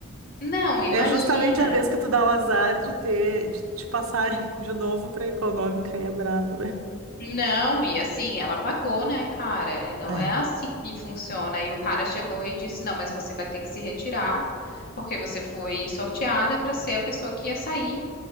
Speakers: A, on the left; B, on the right.
A: não, imagina.
B: É justamente a vez que tu dá o azar de ter, de te passarem <laughs> de novo pra econômica, aí é brabo, né?
A: Não, e assim, ela pagou, né, cara? Então
B: É.
A: é assim que funciona. E o cara chegou e disse: Não, mas você vai ter que se retirar, porque você foi sorteada para ser a pessoa que ia sair.